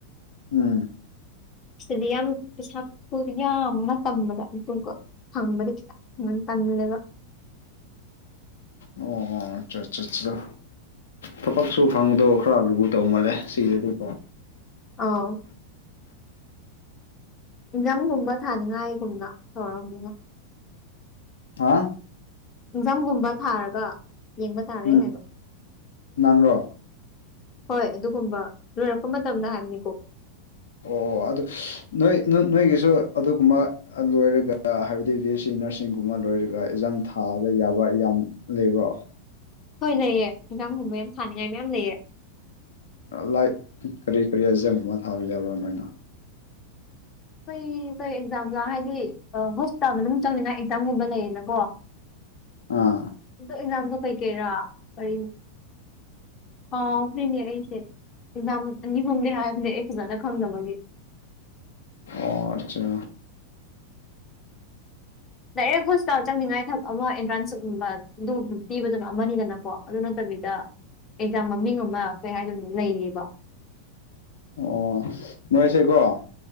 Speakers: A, on the left; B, on the left.
A: ꯎꯝ
B: ꯁꯤꯗꯗꯤ ꯌꯥꯝ ꯄꯩꯁꯥ ꯈꯨꯌꯥꯝ ꯑꯃ ꯇꯝꯕꯗ ꯑꯗꯨꯒ ꯐꯪꯕꯗꯤ ꯈꯤꯇꯪ ꯌꯥꯝ ꯇꯟꯂꯦꯕ
A: ꯑꯣ ꯑꯆꯥ ꯑꯆꯥ ꯊꯕꯛꯁꯨ ꯐꯪꯕꯗꯣ ꯈꯔ ꯂꯨꯒꯗꯧ ꯃꯥꯜꯂꯦ ꯁꯤꯗꯗꯤꯀꯣ
B: ꯑꯥꯎ ꯑꯦꯖꯥꯝꯒꯨꯝꯕ ꯊꯥꯅꯤꯡꯉꯥꯏꯒꯨꯝꯅ ꯇꯧꯔꯕꯅꯤꯅ
A: ꯍꯥ
B: ꯑꯦꯖꯥꯝꯒꯨꯝꯕ ꯊꯥꯔꯒ ꯌꯦꯡꯕ ꯇꯥꯔꯦ
A: ꯎꯝ
B: ꯍꯥꯏꯕ
A: ꯅꯪꯔꯣ
B: ꯍꯣꯏ ꯑꯗꯨꯒꯨꯝꯕ ꯂꯣꯏꯔꯛꯄ ꯃꯇꯝꯗ ꯍꯥꯏꯕꯅꯤꯀꯣ
A: ꯑꯣ ꯑꯗꯨ ꯅꯣꯏ ꯅꯣꯏꯒꯤꯁꯨ ꯑꯗꯨꯒꯨꯝꯕ ꯂꯣꯏꯔꯒ ꯍꯥꯏꯕꯗꯤ ꯕꯤ ꯑꯦꯁ ꯁꯤ ꯅꯔꯁꯤꯡꯒꯨꯝꯕ ꯂꯣꯏꯔꯒ ꯑꯦꯛꯖꯥꯝ ꯊꯥꯕ ꯌꯥꯕ ꯌꯥꯝ ꯂꯩꯕ꯭ꯔꯣ
B: ꯍꯣꯏ ꯂꯩꯑꯦ ꯑꯦꯛꯖꯥꯝꯒꯨꯝꯕ ꯌꯥꯝ ꯊꯥꯅꯤꯡꯉꯥꯏ ꯃꯌꯥꯝ ꯂꯩꯑꯦ
A: ꯂꯥꯏꯛ ꯀꯔꯤ ꯀꯔꯤ ꯑꯦꯖꯝꯒꯨꯝ ꯑꯃ ꯊꯥꯕ ꯌꯥꯎꯕꯔꯣ ꯅꯣꯏꯅ
B: ꯀꯩ ꯀꯩ ꯑꯦꯛꯖꯥꯝꯅꯣ ꯍꯥꯏꯗꯤ ꯍꯣꯁꯄꯤꯇꯥꯜ ꯃꯅꯨꯡ ꯆꯪꯅꯤꯡꯉꯥꯢ ꯑꯦꯛꯖꯥꯝꯒꯨꯝꯕ ꯂꯩꯌꯦꯅꯀꯣ
A: ꯑꯥ
B: ꯑꯗꯣ ꯑꯦꯛꯖꯥꯝꯗꯣ ꯀꯩꯀꯩꯔꯥ ꯀꯔꯤ ꯀꯥꯎ ꯀꯥꯎꯈ꯭ꯔꯅꯦ ꯑꯩꯁꯦ ꯑꯦꯛꯖꯥꯝ ꯑꯅꯤ ꯑꯍꯨꯝꯗꯤ ꯍꯥꯏꯕꯅꯦ ꯑꯩ ꯐꯖꯅ ꯈꯪꯗꯕꯒꯤ
A: ꯑꯣ ꯑꯆꯥ
B: ꯗꯥꯏꯔꯦꯛ ꯍꯣꯁꯄꯤꯇꯥꯜ ꯆꯪꯅꯤꯡꯉꯥꯏ ꯊꯕꯛ ꯑꯃ ꯑꯦꯟꯇ꯭ꯔꯥꯟꯁꯀꯨꯝꯕꯗꯨ ꯄꯤꯕꯗꯨꯅ ꯑꯃꯅꯤꯗꯅꯀꯣ ꯑꯗꯨ ꯅꯠꯇꯕꯤꯗ ꯑꯦꯛꯖꯥꯝ ꯃꯃꯤꯡ ꯑꯃ ꯀꯩ ꯍꯥꯏꯗꯣꯏꯅꯣ ꯂꯩꯌꯦꯕ
A: ꯑꯣ ꯅꯣꯢꯁꯦꯀꯣ